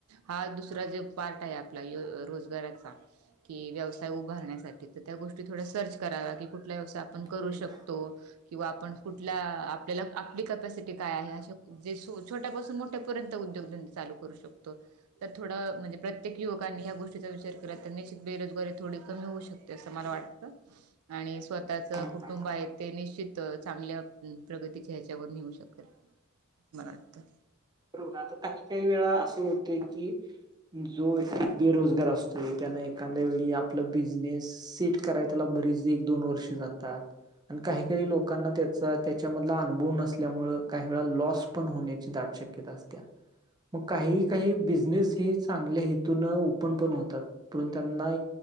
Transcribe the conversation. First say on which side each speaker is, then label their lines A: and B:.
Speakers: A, on the right; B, on the right.
A: हा दुसरा जे पार्ट आहे आपला य रोजगाराचा कि व्यवसाय उभारण्या-साठी तर त्या गोष्टी थोड्या सर्च कराव्या की कुठल्या व्यव आपण
B: हम्म
A: करू
B: बरोबर.
A: शकतो किंवा आपण कुठला आपल्याला आपली कॅपेसीटी काय आहे आ जे सो छोट्यापासून, मोठ्यापर्यंत उद्योगधंदे चालू करू शकतो. तर थोडं म्हणजे प्रतेक युवकांनी या गोष्टीचा विचार केला तर निश्चित बेरोजगारी थोडी कमी होऊ शक ते असं मला वाटत आणि स्वतःचं
B: हम्म
A: कुटुंब आहे ते निश्चित त चांगल्या प्रगतीच्या ह्याच्यावर नेऊ शकेल, मला वाटतं.
B: बरोबर आता काही-काही वेळा असं होतेय की जो बेरोजगार असतोय, त्यांना एखाद्या वेळी आपला बिझनेस. सेट कराय त्याला बरीच एक दोन वर्षे जातात. आणि काही काही लोकांना त्याचा त्याच्यामधला अनुभव नसल्यामुळ काही वेळा लॉस. पण होण्याची दाट शक्यता असत. मग काही काही बिझनेस हेचांगल्या हेतून ओपन पण हो. त त्यांना